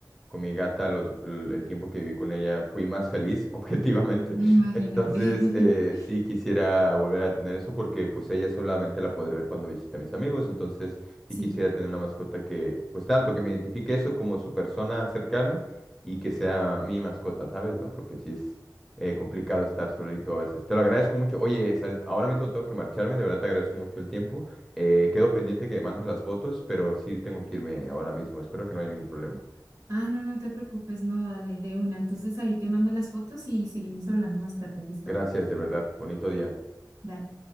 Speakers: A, in the centre; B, on the right.
A: con mi gata, los, l- el tiempo que viví con ella, fui más feliz, <laughs> objetivamente.
B: Imagínate.
A: Entonces,
B: <laughs>
A: eh, sí quisiera volver a tener eso porque, pues, ella solamente la podré ver cuando visite a mis amigos. Entonces,
B: Sí.
A: y quisiera tener una mascota que, pues, tanto que me identifique eso como su persona cercana y que sea mi mascota, ¿sabes? ¿No? Porque sí es eh, complicado estar solito a veces. Te lo agradezco mucho. Oye, Saret, ahora mismo tengo que marcharme, de verdad te agradezco mucho el tiempo. Eh, quedo pendiente que me mandes las fotos, pero sí tengo que irme ahora mismo. Espero que no haya ningún problema.
B: Ah, no, no te preocupes, no, dale, de una. Entonces ahí te mando las fotos y seguimos hablando más tarde, ¿listo?
A: Gracias, de verdad. Bonito día.
B: Dale.